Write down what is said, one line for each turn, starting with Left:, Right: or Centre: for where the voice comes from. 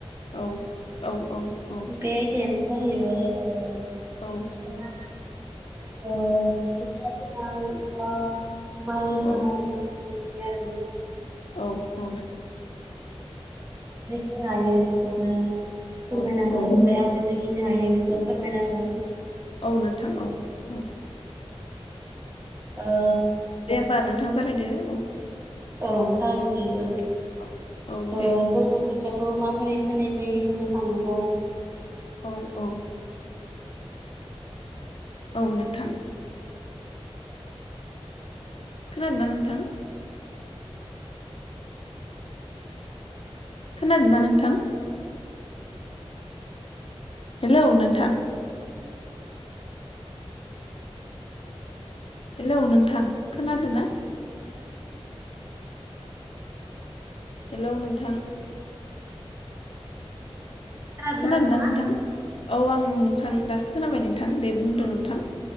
Left: औ औ औ औ
Right: बे आयदायानो जाहैबाय
Left: औ
Right: ओ
Left: औ
Right: बिदिनो ओ खोथिया बोनाय एबा माइ
Left: औ
Right: हानाय इदि इनि आरोना
Left: औ औ
Right: जि हायो बेखौनो फोरमायना
Left: औ औ
Right: हो ओमफ्राय आंबो जेखिनि हायो बेखौ फोरमायना होगोन।
Left: औ नोंथां औ औ
Right: ओ
Left: दे होमबा नोंथां जागायदो औ
Right: औ जाहोनसै ओं
Left: औ औ
Right: ओ
Left: दे
Right: जोंङो खोथिया खौ माबोरै फोननाय जायो होनो थाङोब्ला
Left: औ औ औ नोंथां खोनादोंना नोंथां? खोनादोंना नोंथां? हेलौ नोंथां हेलौ नोंथां खोनादों ना? हेलौ नोंथां
Right: खोनादोंना
Left: खोनादों
Right: नोंथाङा?
Left: ना नोंथां? औ आं नोंथां दासो खोनाबाय नोंथां दे बुंदों
Right: अ
Left: नोंथां।